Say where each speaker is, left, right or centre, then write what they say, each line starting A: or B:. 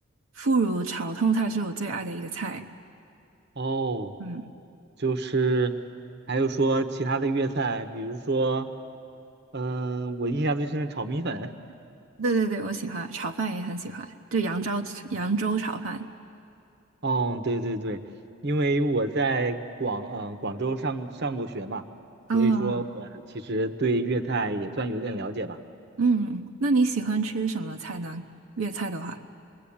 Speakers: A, on the right (about 70°); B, on the right (about 50°).
A: 腐乳炒通菜是我最爱的一个菜。
B: 哦，
A: 嗯。
B: 就是还有说其他的粤菜，比如说，嗯、我印象最深的炒米粉。
A: 对对对，我喜欢炒饭也很喜欢，就扬州扬州炒饭。
B: <laughs> 哦，对对对，因为我在广嗯、呃广州上上过学嘛，
A: 哦，
B: 所以说我其实对粤菜也算有点了解吧。
A: 嗯，那你喜欢吃什么菜呢？粤菜的话，